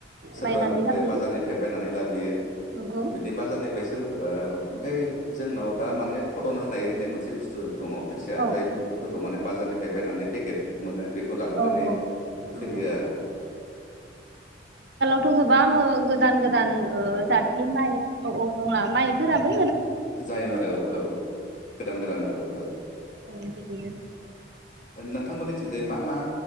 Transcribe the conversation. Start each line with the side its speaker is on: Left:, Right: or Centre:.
Left: सोरबा
Right: बायनानै
Left: फ्राय
Right: लाबोयो
Left: बाजारनिफ्राय बायनानै लाबोयो
Right: नंगौ
Left: बिदि बाजारनिफ्राय। ओमफ्राय जोंनाव दा माने खदन होनाय होननाय मोनसे बुस्थु। दङ खोथिया
Right: औ
Left: जायफोरखौ माने बाजारनि। फाय बायनानै पेकेट। मोनो बेखौ लाबोनानै
Right: औ औ नंगौ
Left: फैयो आरो।
Right: थ' गोबां गोदान गो दान ओ
Left: औ
Right: जाथनि माइ औ औ नङा माइ फोराबो
Left: जाय औ औ गोदान गोदान औ औ ओ
Right: औ बिदिनो
Left: नोंथांमोननिथिंजायै मा मा